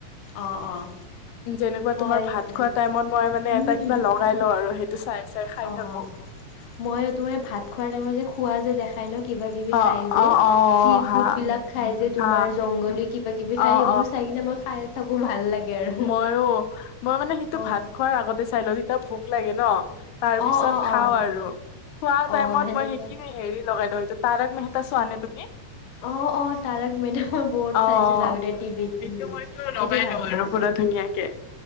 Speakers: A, on the left (about 65°); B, on the left (about 80°).
A: অঁ অঁ
B: যেনেকুৱা
A: হয়
B: তোমাৰ ভাত
A: সেইটো
B: খোৱা টাইমত মই মানে
A: উম
B: এটা কিবা
A: উম
B: লগাই লও আৰু সেইটো চাই চাই খাই
A: অ',
B: থাকোঁ।
A: অ' ময়ো তোমাৰ ভাত খোৱাৰ টাইমত যে খোৱা যে দেখাই ন কিবাকিবি
B: অ',
A: খাই যে?
B: অ', অ',
A: চি
B: হা,
A: ফুড বিলাক খাই যে
B: হা,
A: তোমাৰ জংগল কিবা কিবি খাই
B: অ',
A: সেইবোৰ চাই কিনে মই খাই থাকো ভাল লাগে আৰু।
B: মইো মই মানে সেইটো
A: অ'
B: ভাত খোৱাৰ আগতে চাই লওঁ তেতিয়া ভোক লাগে ন। তাৰ পিছত
A: অ' অ'
B: খাও
A: অ'
B: আৰু খোৱা
A: অ'
B: টাইমত
A: সেনেকুৱা
B: মই সেইখিন হেৰি লগাই দেওঁ সেইটো তাৰক মেহতা চোৱানে তুমি?
A: অ', অ' তাৰক মেডাম মই বহুত
B: অ',
A: চাইছিলো আগতে টিভিত
B: সেইটো
A: উ
B: মইতো
A: সেইটো
B: লগাই
A: ভাল
B: লওঁ
A: লাগে।
B: আৰু পুৰা ধুনীয়াকে